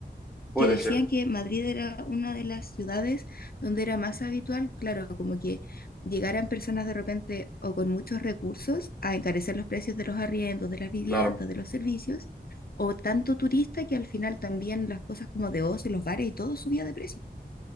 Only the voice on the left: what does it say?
que decían
que Madrid era una de las ciudades donde era más habitual, claro, como que llegaran personas de repente o con muchos recursos a encarecer los precios de los arriendos, de las viviendas,
de los servicios, o tanto turista que al final también las cosas como de ocio, los bares y todo subía de precio.